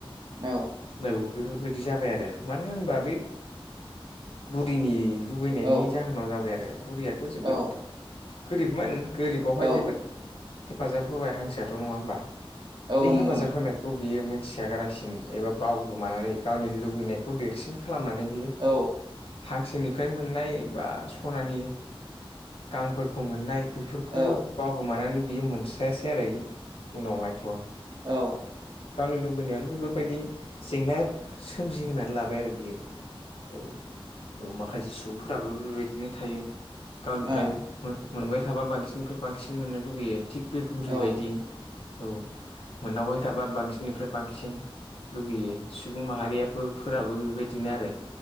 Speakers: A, on the right; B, on the left.
A: औ
B: औ बेफोरबायदि जाबाय आरो मानो होनबा बे बुरिनि लुबैनायनि
A: औ
B: जाहोनाव जाबाय आरो बुरैयाथ' जोबोद
A: औ
B: गोरिबमोन गोरिबावहाय
A: औ
B: जोबोद हेफाजाब होबाय हांसोआथ' नङा होमबा
A: औ
B: बे
A: नंगौ
B: हेफाजाब
A: नोंथां
B: होनायखौ बियो मोनथि यागारासिन एबा बाव गोमानानै गावनि लुबैनायखौ देरसिन खालामनानै बियो
A: औ
B: हांसोनिफ्राय मोननाय बा सनानि गांफोरखौ मोननाय बेफोरखौबो
A: औ
B: बावगोमानानै बियो मोनस्रायासै आरो इ उनावहायथ'
A: औ
B: गावनि लु बैनायावनो बेफोरबायदि जेंना सोमजिहोनानै लाबाय आरो बियो। औ। औ माखासे सुबुंफोराबो बेबायदिनो थायो। गावनिफ्राय
A: औ
B: मोनबाय थाबा बांसिननिफ्राय बांसिन मोननो लुगैयो। थिग बे बुरिबायदि
A: औ
B: औ मोनदावबाय थाबा बांसिननिफ्राय बांसिन लुगैयो सुबुं माहारिया फोराबो बेबायदिनो आरो।